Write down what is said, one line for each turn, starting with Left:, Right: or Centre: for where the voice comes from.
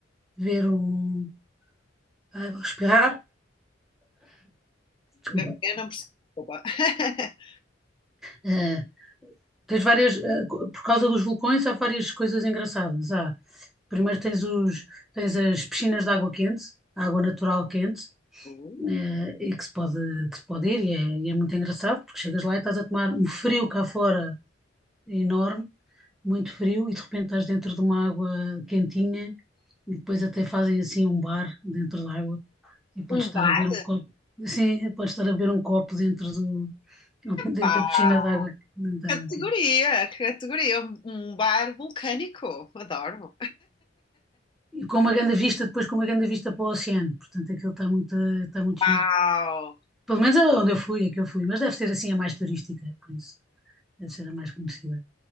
Centre: ver um, ai, vou respirar, desculpa,
Left: Ver o quê? Não percebo. Opa. <laughs>
Centre: É, tens várias, eh, co- por causa dos vulcões, há várias coisas engraçadas. Há, primeiro tens os, tens as piscinas de água quente, água natural quente,
Left: Uh,
Centre: eh, e que se pode, que se pode ir, e é, e é muito engraçado, porque chegas lá e estás a tomar um frio cá fora enorme, muito frio, e de repente estás dentro de uma água quentinha, e depois até fazem assim um bar dentro da água, e podes
Left: Um
Centre: estar
Left: bar?
Centre: a beber um copo, assim, podes estar a beber um copo dentro do, <laughs> dentro
Left: Pá,
Centre: da piscina de água, de
Left: categoria,
Centre: água quente.
Left: categoria. Um um bar vulcânico. Adoro.
Centre: E com uma grande vista, depois com uma grande vista para o oceano. Portanto, aquilo está muito, está muito giro.
Left: Uau,
Centre: Pelo menos é onde eu fui, é que eu fui, mas deve ser assim a mais turística, por isso. Deve ser a mais conhecida.